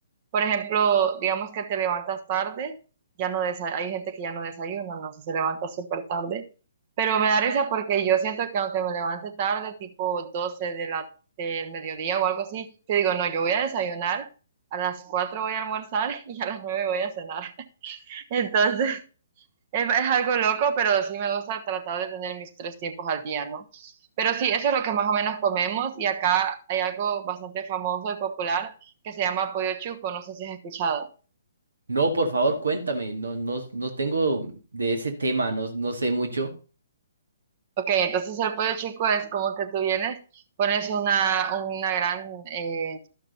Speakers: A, on the right (about 35°); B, on the right (about 70°).
A: Por ejemplo, digamos que te levantas tarde, ya no desa- hay gente que ya no desayuna, no sé, se levanta súper tarde, pero me da risa porque yo siento que aunque me levante tarde, tipo doce de la, del mediodía o algo así, yo digo, no, yo voy a desayunar, a las 4 voy a almorzar <laughs> y a las 9 voy a cenar. <laughs> Entonces, es, es algo loco, pero sí me gusta tratar de tener mis tres tiempos al día, ¿no? Pero sí, eso es lo que más o menos comemos y acá hay algo bastante famoso y popular que se llama pollo chuco, no sé si has escuchado.
B: No, por favor, cuéntame. No, no, no tengo de ese tema, no, no sé mucho.
A: Ok, entonces el pollo chico es como que tú vienes, pones una, una gran eh,